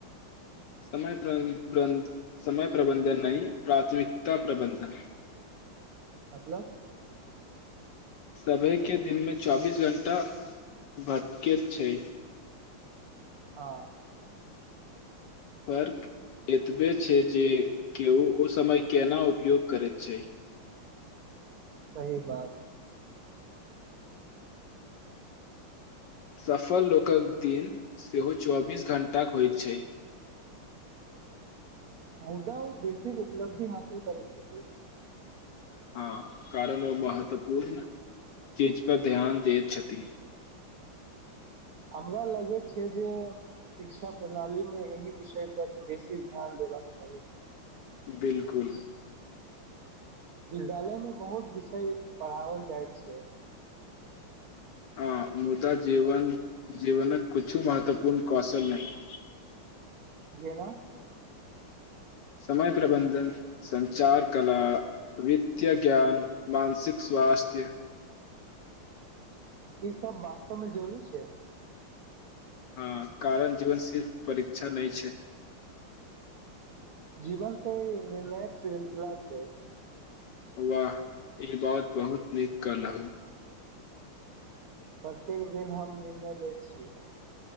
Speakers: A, on the left (about 70°); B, on the right (about 80°).
A: समय प्रबंध समय प्रबंधन नहि प्राथमिकता प्रबंधन
B: मतलब
A: सभेके दिन मे चौबीस घंटा भटके छै
B: हँ
A: फर्क एतबे छै जे के ओ ओ समय केना उपयोग करैत छै
B: सही बात
A: सफल लोकक दिन सेहो चौबीस घणटाक होइत छै
B: मुदा उ बेसिक उपलब्धि हासिल करै छथि
A: हँ कारण ओ महत्वपूर्ण चीज पर ध्यान दैत छथि
B: हमरा लगैत छै जे शिक्षा प्रणालीमे एहि विषयपर बेसी ध्यान देबाक चाही
A: बिलकुल
B: विद्यालयमे बहुत विषय पढ़ाओल जाइत छै
A: अ मुदा जीवन जीवनक कुछु महत्वपूर्ण कौशल नहि
B: जेना
A: समय प्रबन्धन संचार कला वित्तय ज्ञान मानसिक स्वास्थ्य
B: ई सब वास्तवमे जरूरी छै
A: हँ कारण जीवन सिर्फ परीक्षा नहि छै
B: जीवन तऽ ई निर्णायक श्रृंखला छै
A: वाह ई बात बहुत नीक कलहु
B: प्रत्येक दिन हम निर्णय लय छी